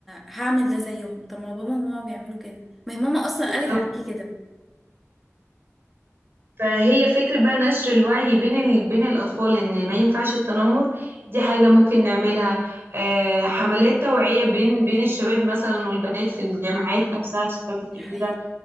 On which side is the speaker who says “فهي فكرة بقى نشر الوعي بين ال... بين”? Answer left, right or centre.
Right